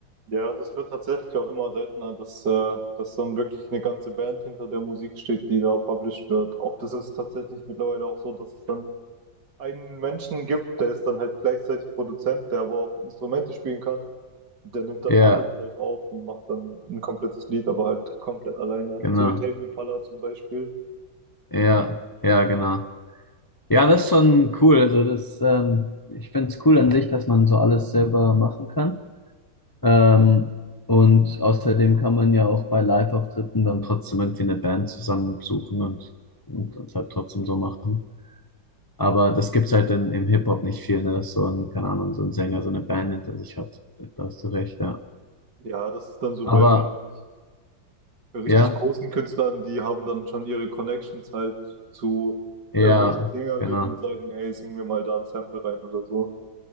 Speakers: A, on the right; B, on the left.
A: Ja, das wird tatsächlich auch immer seltener, dass, äh, dass dann wirklich eine ganze Band hinter der Musik steht, die da published wird. Auch das ist tatsächlich mittlerweile auch so, dass es dann einen Menschen gibt, der ist dann halt gleichzeitig Produzent, der aber auch Instrumente spielen kann. Der nimmt dann
B: Ja,
A: alles halt auf und macht dann ein komplettes Lied, aber halt komplett alleine.
B: genau.
A: So wie Tame Impala zum Beispiel.
B: Ja, ja, genau. Ja, das ist schon cool. Also das, ähm, ich finde es cool an sich, dass man so alles selber machen kann. Ähm, und außerdem kann man ja auch bei Live-Auftritten dann trotzdem irgendwie eine Band zusammensuchen und, und, und halt trotzdem so machen. Aber das gibt's halt in, im Hip-Hop nicht viel, ne? Dass so ein, keine Ahnung, so ein Sänger so eine Band hinter sich hat. Da hast du recht, ja.
A: Ja, das ist dann so
B: Aber
A: bei richtig, bei richtig
B: ja,
A: großen Künstlern, die haben dann schon ihre Connections halt zu
B: ja,
A: irgendwelchen Sängerinnen
B: genau.
A: und sagen, ey, sing mir mal da ein Sample rein oder so.